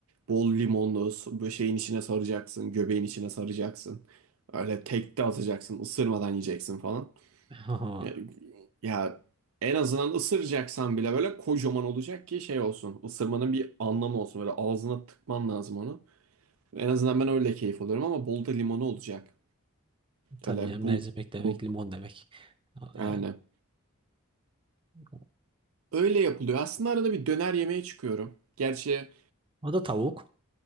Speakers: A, on the right; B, on the right.
A: bol limonlu, s- böyle şeyin içine saracaksın, göbeğin içine saracaksın. Öyle tek de atacaksın, ısırmadan yiyeceksin falan.
B: <laughs>
A: Ya, ya en azından ısıracaksan bile böyle kocaman olacak ki şey olsun. Isırmanın bir anlamı olsun. Böyle ağzına tıkman lazım onu. En azından ben öyle keyif alıyorum ama bol da limonu olacak.
B: Tabii
A: Öyle
B: canım
A: bu
B: mercimek demek
A: bu
B: limon demek. A-
A: yani.
B: Yani o
A: Öyle yapılıyor. Aslında arada bir döner yemeye çıkıyorum. Gerçi
B: o da tavuk.